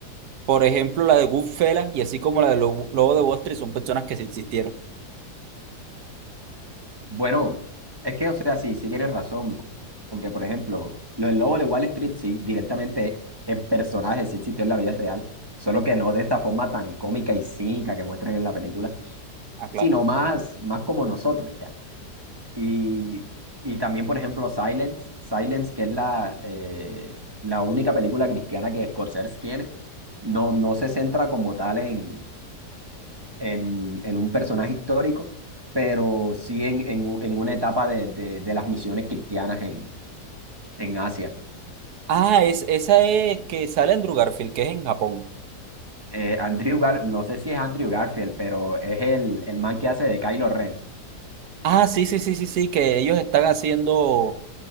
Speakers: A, on the right (about 70°); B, on the right (about 15°).
A: Por ejemplo, la de Goodfellas y así como la de Lo- Lobo de Wall Street son personas que sí existieron.
B: Bueno, es que, o sea, sí, sí tienes razón, porque, por ejemplo, lo del Lobo de Wall Street, sí, directamente el personaje sí existió en la vida real, solo que no de esa forma tan cómica y cínica que muestran en la película,
A: Ah, claro.
B: sino más, más como nosotros, ya. Y, y también, por ejemplo, Silence, Silence, que es la, eh, la única película cristiana que Scorsese tiene, no, no se centra como tal en en, en un personaje histórico, pero sí en, en, u- en una etapa de, de, de las misiones cristianas en, en Asia.
A: Ah, es, esa es que sale en Andrew Garfield, que es en Japón.
B: Eh, Andrew Gar, no sé si es Andrew Garfield, pero es el, el man que hace de Kylo Ren.
A: Ah, sí, sí, sí, sí, sí, que ellos están haciendo,